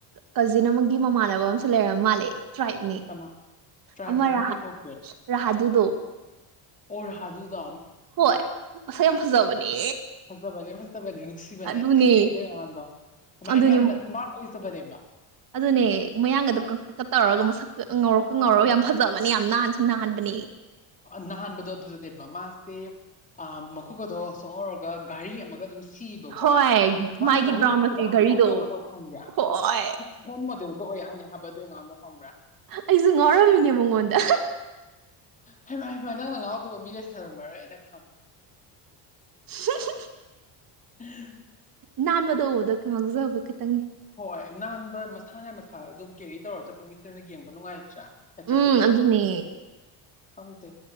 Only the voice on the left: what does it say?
ꯀꯅꯥ ꯇ꯭ꯔꯥꯏꯞ
ꯃꯃꯤꯡ ꯀꯩ ꯀꯧꯒꯦ
ꯑꯣꯔ ꯍꯥꯖꯨꯗꯣ
ꯐꯖꯕꯅꯦꯦ ꯐꯖꯕꯅꯦꯦ ꯅꯨꯡꯁꯤꯕꯅꯦ
ꯑꯁꯦꯡ ꯀꯗꯩ ꯑꯉꯥꯡꯗꯣ ꯑꯗꯨꯃꯥꯏꯅ
ꯌꯥꯝꯅ ꯏꯁꯃꯥꯔꯠ ꯑꯣꯏꯖꯕꯅꯦꯕ
ꯍꯣꯏ
ꯍꯣꯏ
ꯅꯍꯥꯟꯕꯨꯗꯣꯗꯗꯦꯕ ꯃꯥꯁꯦ ꯃꯈꯣꯛꯛ ꯑꯗꯣ ꯁꯣꯍꯧꯔꯒ ꯘꯔꯤ ꯑꯃꯒ ꯑꯗꯨꯝ ꯁꯤꯕꯀꯣ
ꯃꯥꯅ
ꯒꯥꯔꯤ
ꯁꯨꯕꯗ
ꯌꯥꯝ
ꯐꯖꯕꯗꯣ ꯈꯪꯗ꯭ꯔꯦ
ꯍꯦꯟ ꯃꯣꯗꯦꯜꯒ ꯑꯣꯏ ꯌꯥꯅꯤ ꯍꯥꯏꯕꯗꯨꯉꯥꯡꯗꯣ ꯐꯪꯕ꯭ꯔꯥ
ꯍꯩꯃ ꯍꯃ ꯅꯪꯅ ꯉꯥꯎꯗꯕ ꯃꯤ ꯂꯩ ꯁꯥꯔꯝꯃꯔꯣꯏꯅ ꯈꯪꯉꯤ
ꯎꯝ
ꯍꯣꯏ ꯅꯥꯟꯕ ꯃꯁꯥꯅ ꯃꯁꯥ ꯑꯗꯨꯝ ꯀꯦꯔꯤ ꯇꯧꯔ ꯆꯠꯄ ꯃꯤꯇꯅ ꯌꯦꯡꯕ ꯅꯨꯡꯉꯥꯏꯇ꯭ꯔꯥ ꯑꯦꯇ꯭ꯔꯦꯛꯇꯤ
ꯑꯣꯏꯗ꯭ꯔꯣ
ꯈꯪꯗꯦ